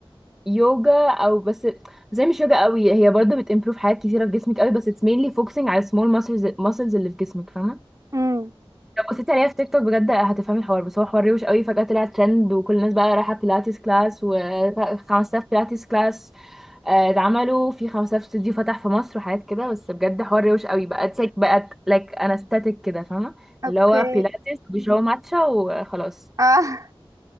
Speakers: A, in the centre; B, on the right.
A: يوجا او بس زي مش يوجا قوي هي برضو بتمبروف حاجات كتيره في جسمك قوي بس اتس مينلي فوكسنج على السمول ماسلز ماسلز اللي في جسمك فاهمه
B: امم
A: لو بصيتي عليها في تيك توك بجد هتفهمي الحوار بس هو حوار روش قوي فجاه طلع ترند وكل الناس بقى رايحه بيلاتس كلاس و5000 بيلاتس كلاس آه، اتعملوا في 15 استوديو فتح في مصر وحاجات كده بس بجد حوار روش قوي بقت سك بقت لايك انا ستاتيك كده فاهمه
B: اوكي
A: اللي هو بيلاتس بيشربوا ماتشا وخلاص
B: اه <laughs>